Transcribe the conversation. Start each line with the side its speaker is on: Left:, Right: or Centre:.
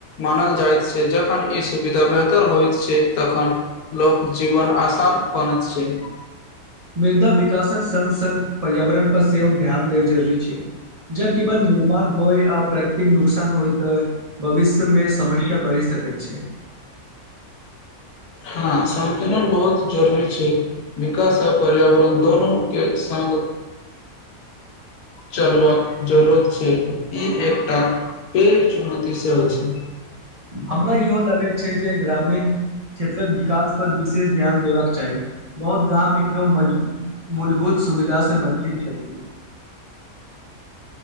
Left: मानल जाएत छै, जखन ई सुविधा बेहतर होएत छै, तखन लोक जीवन आसान बनैत छै।
Right: मृदा विकासक संग-संग पर्यावरण पर सेहो ध्यान देब जरुरी छै। जब केबल निर्माण होय आ प्रक इ नुकसान होय तऽ भविष्यमे समस्या बढ़ि सकैत छै।
Left: हां सन्तुलन बहुत जरूरी छै, विकास आ पर्यावरण दोनो के संग चलबाक जरूरत छै, ई एकटा पैघ चुनौती सेहो छै।
Right: हमरा इहो लगैत छै जे ग्रामीण क्षेत्रक विकास पर विशेष ध्यान देबाक चाही। बहोत गाम एकदम मज मूलभूत सुविधा से वंचित छथि।